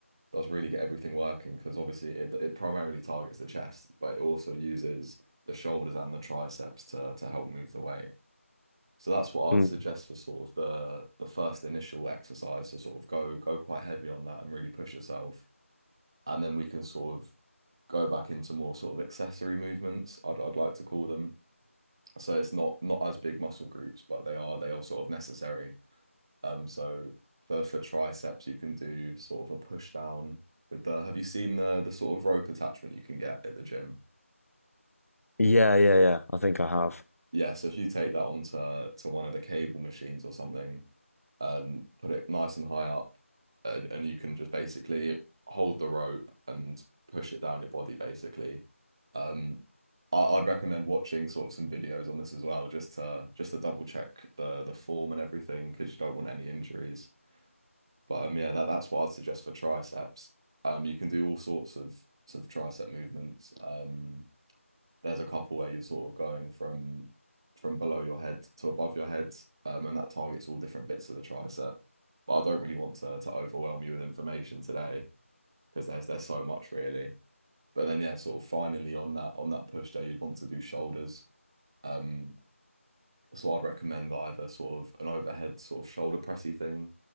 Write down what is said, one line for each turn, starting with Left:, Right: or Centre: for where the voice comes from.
Right: does really get everything working because obviously it it primarily targets the chest, but it also uses the shoulders and the triceps to to help move the weight. So that's what
Left: Hmm.
Right: I'd suggest for sort of the the first initial exercise to sort of go go quite heavy on that and really push yourself. And then we can sort of go back into more sort of accessory movements, I'd I'd like to call them, so it's not not as big muscle groups, but they are they are sort of necessary. Um, so for for triceps, you can do sort of a push down with the. Have you seen the the sort of rope attachment you can get at the gym?
Left: Yeah, yeah, yeah. I think I have.
Right: yeah, so if you take that onto to one of the cable machines or something, and put it nice and high up, and, and you can just basically hold the rope and push it down your body, basically. Um, I, I'd recommend watching sort of some videos on this as well, just to just to double check the the form and everything, because you don't want any injuries. But um, yeah, that that's what I'd suggest for triceps. Um, you can do all sorts of sort of tricep movements. Um, there's a couple where you're sort of going from from below your head to above your head, um, and that targets all different bits of the tricep. But I don't really want to to overwhelm you with information today because there's there's so much really. But then yeah, sort of finally on that on that push day, you'd want to do shoulders. Um, so I'd recommend either sort of an overhead sort of shoulder pressy thing.